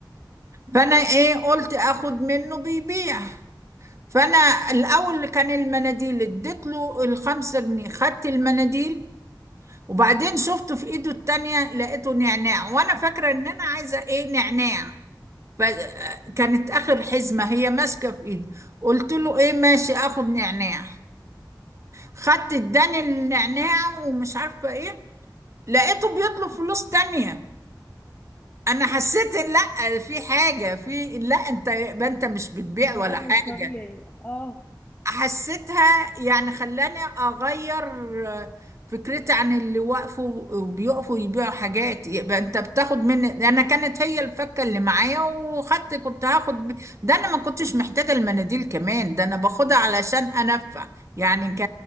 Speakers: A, on the right; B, on the left.
A: فانا ايه قلت اخد منه بيبيع فانا الاول اللي كان المناديل اديت له الخمسة جنيه خدت المناديل وبعدين شفته في ايده التانية لقيته نعناع وانا فاكرة ان انا عايزة ايه نعناع فكانت اخر حزمة هي ماسكة في ايدي قلت له ايه ماشي اخد نعناع خدت اداني النعناع ومش عارفه ايه لقيته بيطلب فلوس تانية انا حسيت إن لا في حاجه في لا انت يبقى انت مش بتبيع
B: الموضوع
A: ولا حاجه
B: مش طبيعي اه
A: حسيتها يعني خلاني اغير آه، فكرتي عن اللي وقفوا وبيقفوا يبيعوا حاجات يبقى انت بتاخد مني انا كانت هي الفكه اللي معايا وخدت كنت هاخد ب... ده انا ما كنتش محتاجه المناديل كمان ده انا باخدها علشان انفع يعني ك